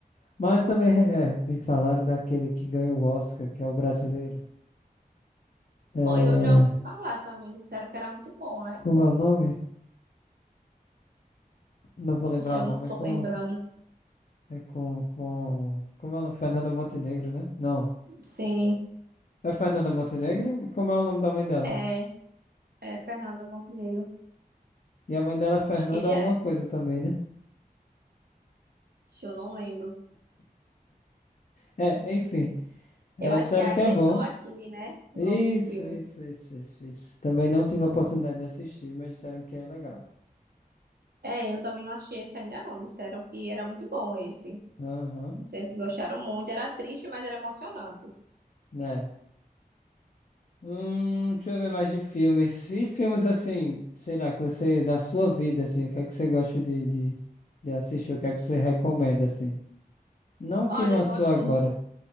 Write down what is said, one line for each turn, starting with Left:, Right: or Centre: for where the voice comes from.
Left: Mas também é, é, me falaram daquele que ganhou o Oscar, que é o brasileiro. É,
Right: Foi, eu já ouvi falar também, disseram que era muito bom, né?
Left: como é o nome? Não vou
Right: Vixe,
Left: lembrar o
Right: eu
Left: nome.
Right: não tô
Left: É com.
Right: lembrando.
Left: É com. com como é o nome? Fernanda Montenegro, né? Não.
Right: Sim,
Left: É Fernanda Montenegro? E como é o nome da mãe dela?
Right: é, é Fernanda Montenegro.
Left: E a mãe dela é Fernanda
Right: Acho que
Left: alguma
Right: é,
Left: coisa também, né?
Right: Vixe, eu não lembro.
Left: É, enfim. É,
Right: Eu acho
Left: disseram
Right: que é ainda
Left: que é bom.
Right: estou aqui, né? O
Left: Isso,
Right: nome do filme.
Left: isso, isso, isso, isso. Também não tive a oportunidade de assistir, mas disseram que é legal.
Right: É, eu também não achei esse ainda não. Disseram que era muito bom esse.
Left: Aham,
Right: Disseram que gostaram muito. Era triste, mas era emocionante.
Left: né? Hum, deixa eu ver mais de filmes. E filmes assim, sei lá, que você, da sua vida, assim, o que é que você gosta de, de, de assistir, o que é que você recomenda, assim. Não o
Right: Olha,
Left: que lançou
Right: eu gosto.
Left: agora,